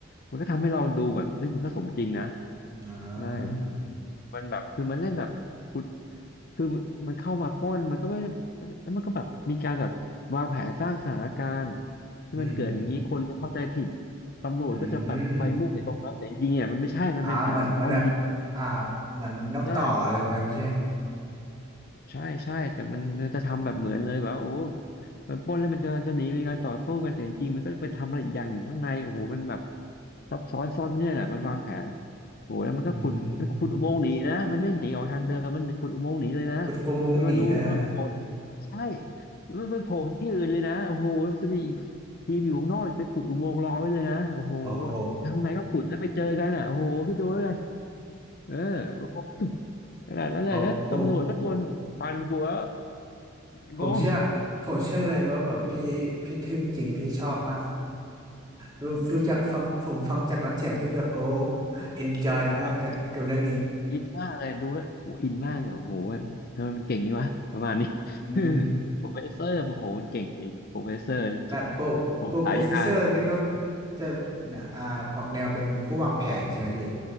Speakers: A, on the left; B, on the right.
A: มันก็ทำให้เราดูแบบเฮ้ยมันก็สมจริงนะ
B: อ่า
A: ใช่มันแบบคือมันเล่นแบบกุด
B: อ๋อ
A: คือมันเข้ามาปล้นมันก็ไม่ได้แล้วมันก็แบบมีการแบบวางแผนสร้างสถานการณ์ให้มันเกิดอย่างนี้คนจะเข้าใจผิด
B: อืม
A: ตำรวจก็จะแบบไปมุ่งในตรงนั้นแต่จริงๆเนี่ยมันไม่ใช่มันเป็นแผนของเขาอีกที
B: อืม อ่าเหมือนเหมือนแบบอ่าเหมือนนกต่ออะไรประมาณนี้ใช่ไหม
A: เออ ใช่ใช่แต่มันมันจะทำแบบเหมือนเลยแบบว่าโอ้มันปล้นแล้วมันจะจะหนีเป็นการต่อสู้กันแต่จริงๆมันก็ไปทำอะไรอีกอย่างอยู่ข้างในโอ้โหมันแบบซับซ้อนซ่อนเงื่อนอ่ะมันวางแผนโอ้โหแล้วมันก็ขุดมันขุดอุโมงค์หนีนะมันไม่หนีออกทางเดิมมันขุดอุโมงค์หนีเลยนะ
B: อืมขุดอุโมงค์หนีได้นะฮะ
A: แล้วมันรู้ว่ามันโผล่ใช่แล้วมันไปโผล่ที่อื่นเลยนะโอ้โหแล้วมันจะมีอีกทีมอยู่ข้างนอกไปขุดอุโมงค์รอไว้เลยนะโอ้โห
B: โอ้โห
A: ทางไหนก็ขุดแล้วไปเจอกันอ่ะโอ้โหคิดดูแล้วกันเออโอ้โหขนาดนั้นเลยแล้วตำรวจก็โดนปั่นหัว
B: โอ้ผมผม
A: งง
B: ผมเชื่อผมเชื่อเลยว่าแบบพี่พี่ทึ่งจริงพี่ชอบมากดูดูจากฟังผมฟังจากน้ำเสียงพี่แบบโอ้เอนจอยมากกับกับเรื่องนี้
A: โอ้แบบอินมากเลยดูแล้วโอ้อินมากเลยโอ้โหมันทำไมมันเก่งยนี่วะประมาณนี้
B: อืม
A: <laughs> โปรเฟสเซอร์โอ้โหมันเก่งจริงโปรเฟสเซอร์
B: แบบโปรโปรโปรเฟสเซอร์นี่ก็
A: ผมฉายา
B: จะอ่าออกแนวเป็นผู้วางแผนใช่ไหมพี่